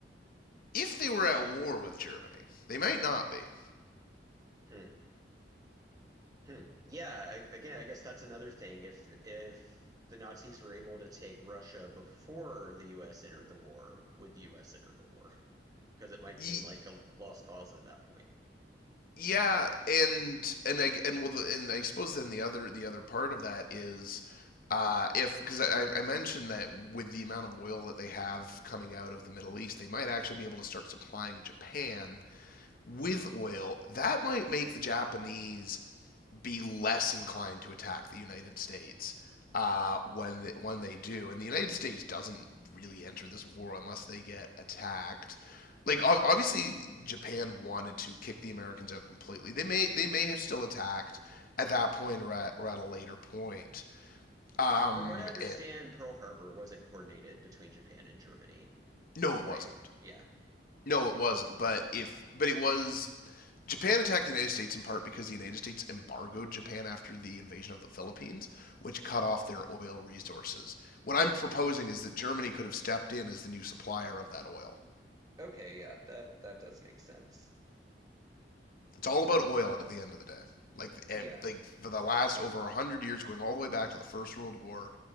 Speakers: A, on the left; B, on the right.
A: If they were at war with Germany, they might not be.
B: hmm. Hmm. Yeah, I, again, I guess that's another thing. If if the Nazis were able to take Russia before the U.S. entered the war, would the U.S. enter the war? Because it might
A: Ye-
B: seem like a lost cause at that point.
A: yeah, and and I and well, and I suppose then the other the other part of that is uh, if because I, I mentioned that with the amount of oil that they have coming out of the Middle East, they might actually be able to start supplying Japan with oil, that might make the Japanese be less inclined to attack the United States uh, when they, when they do. And the United States doesn't really enter this war unless they get attacked. Like obviously, Japan wanted to kick the Americans out completely. They may they may have still attacked at that point or at, or at a later point. Um,
B: From what I understand,
A: and,
B: Pearl Harbor wasn't coordinated between Japan and Germany,
A: no, it
B: right?
A: wasn't.
B: Yeah.
A: No, it wasn't. But if but it was Japan attacked the United States in part because the United States embargoed Japan after the invasion of the Philippines, which cut off their oil resources. What I'm proposing is that Germany could have stepped in as the new supplier of that oil.
B: Okay, yeah, that that does make sense.
A: It's all about oil at the end of the day. Like, eh,
B: Yeah.
A: like for the last over 100 years, going all the way back to the First World War,